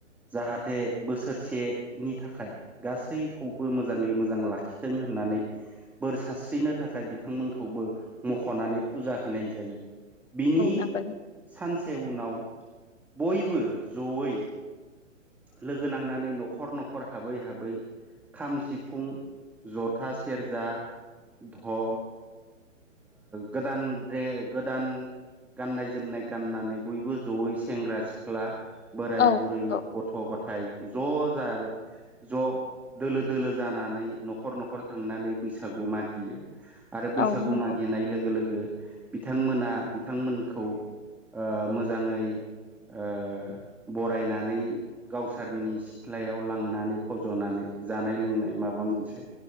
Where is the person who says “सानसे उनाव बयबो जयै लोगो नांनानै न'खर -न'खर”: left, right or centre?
Centre